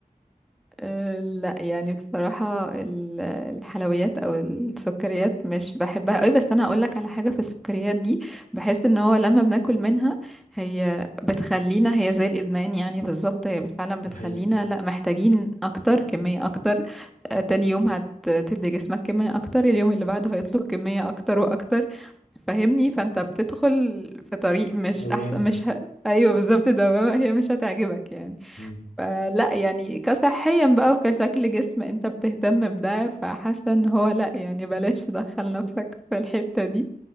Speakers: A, in the centre; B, on the left (about 65°).
A: آه، لا يعني بصراحة ال- الحلويات او السكريات مش بحبها قوي بس انا هقولك على حاجة في السكريات دي بحس ان هو لما بناكل منها هي بتخلينا هي زي الادمان يعني بالظبط هي فعلا بتخلينا
B: دي حقيقة
A: لا محتاجين اكتر كمية اكتر آه، تاني يوم هتدي جسمك كمية اكتر اليوم اللي بعده هيطلب كمية اكتر واكتر فاهمني فانت بتدخل في طريق مش
B: دوام
A: احسن مش ه... ايوه بالظبط دوامة هي مش هتعجبك يعني
B: يعني.
A: فلا يعني كصحيا بقى وكشكل جسم انت بتهتم بده فحاسه ان هو لا يعني بلاش تدخل نفسك في الحتة دي